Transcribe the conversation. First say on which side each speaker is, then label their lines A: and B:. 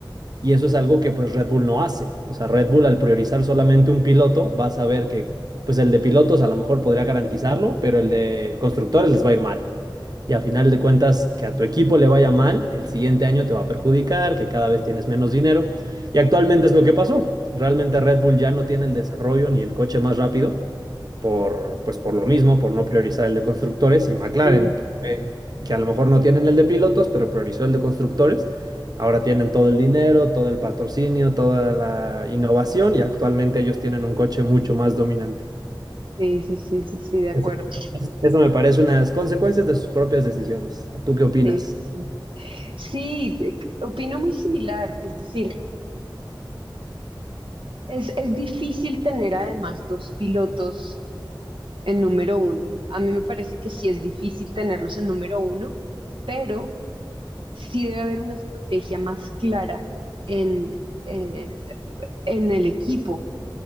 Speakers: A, on the right (about 50°); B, on the right (about 80°).
A: Y eso es algo que pues Red Bull no hace. O sea, Red Bull al priorizar solamente un piloto va a saber que pues el de pilotos a lo mejor podría garantizarlo, pero el de constructores les va a ir mal. Y a final de cuentas, que a tu equipo le vaya mal, el siguiente año te va a perjudicar, que cada vez tienes menos dinero. Y actualmente es lo que pasó. Realmente Red Bull ya no tiene el desarrollo ni el coche más rápido, por, pues por lo mismo, por no priorizar el de constructores, y McLaren,
B: Sí,
A: eh, que a lo mejor no tienen el de pilotos, pero priorizó el de constructores. Ahora tienen todo el dinero, todo el patrocinio, toda la innovación y actualmente ellos tienen un coche mucho más dominante.
B: sí, sí, sí, sí, sí, de acuerdo.
A: Eso, eso me parece unas consecuencias de sus propias decisiones. ¿Tú qué opinas?
B: Sí, sí, Sí, Sí, eh, opino muy similar. Es decir, es, es difícil tener además dos pilotos en número uno. A mí me parece que sí es difícil tenerlos en número uno, pero sí debe haber una estrategia más clara en, eh, en el equipo